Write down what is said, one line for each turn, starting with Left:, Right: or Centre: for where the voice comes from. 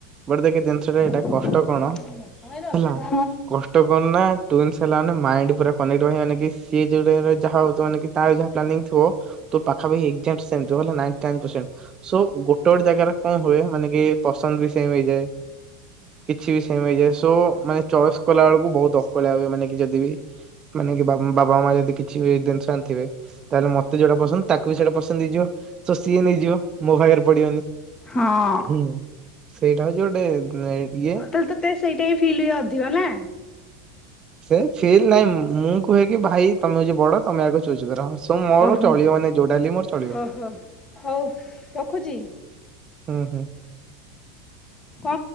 Right: ବଟ ଦେଖେ। ଜିନିଷଟା ଏଇଟା
Left: ହଁ
Right: କଷ୍ଟ କଣ।
Left: ହଁ ହଁ ହଁ। ହଁ
Right: ହେଲା କଷ୍ଟ କଣ୍ ନା ଟ୍ୱିନସ୍ ହେଲା ମାନେ ମାଇଣ୍ଡ ପୁରା କନେକ୍ଟ ରହିବ, ମାନେ କି ସିଏ ଯୋଉ ଟାଇମ ରେ ଯାହା ଭାବୁଥିବ ମାନେ କି ତାର ଯାହା ପ୍ଲାନିଙ୍ଗ ଥିବ ତୋ ପାଖା ପାଖି ଏକ୍ସାକ୍ଟ ସେମ ଥିବ ହେଲା, ନାଇଣ୍ଟୀ ନାଇନ୍ ପରସେଣ୍ଟ, ସୋ ଗୋଟେ ଗୋଟେ ଜାଗାରେ କଣ୍ ହୁଏ ମାନେ କି? ପସନ୍ଦ ବି ସେମ ହେଇଯାଏ। କିଛି ବି ସେମ ହେଇଯାଏ। ସୋ ମାନେ ଚଏସ୍ କଲା ବେଳକୁ ବହୁତ ଅକ୍ କଳିଆ ହୁଏ ମାନେ କି ଯଦି ବିି ମାନେ କି ବାବା ମା ଯଦି କିଛି ବି ଜିନିଷ ଆଣିଥି ବେ ତାହେଲେ ମତେ ଯୋଉଟା ପସନ୍ଦ ତାକୁ ବି ସେଟା ପସ ହେଇଯିବ ତ ସିଏ ନେଇଯିବ ମୋ ଭାଗରେ ପଡିବନି।
Left: ହଁ
Right: ହୁଁ। ସେଇଟା ହଉଛି ଗୋଟେ। ଇଏ
Left: ତାହାଲେ ତ ସେଇଟା ହି ଫିଲ୍ ହୁଏ ଅଧିକ ନା।
Right: ସେ ଫିଲ୍ ନାଇଁ ମୁଁ କୁହେ କି ଭାଇ ତୋମେ ହଉଚି ବଡ ତୋମେ ଆଗ ଚୁଜ୍ କର। ସୋ ମୋର
Left: ଓହୋ
Right: ଚଳିବ ମାନେ ଯୋଉଟା ହେଲେ ବି ମୋର ଚଳିବ।
Left: ଓହୋ ହଉ ରଖୁଚି।
Right: ହଁ, ହଁ।
Left: କଣ